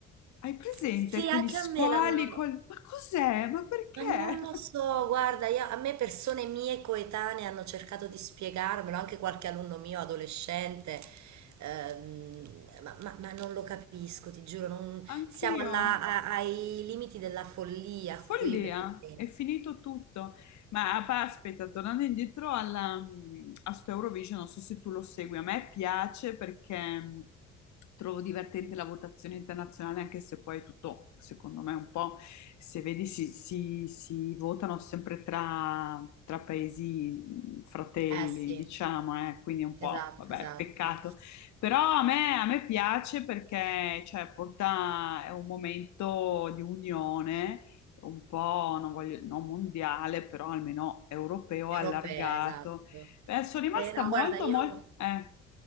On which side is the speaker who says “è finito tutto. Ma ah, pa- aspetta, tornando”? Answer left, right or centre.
Left